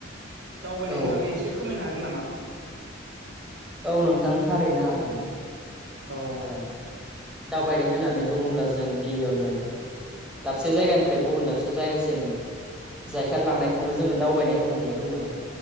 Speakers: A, on the right (about 70°); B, in the centre.
A: दावबायनायनि
B: औ
A: बागै एसे फोरमायनो हागोन नामा
B: औ नोंथां थारैनो हागोन
A: औ
B: ओ दावबायनाय होननानै बुङोब्ला जों गिबियावनो दाबसे जायगानिफ्राय गुबुन दाबसे जायगासिम जायखारलांनायखौनो जोङो दावबायनाय होननानै बुङो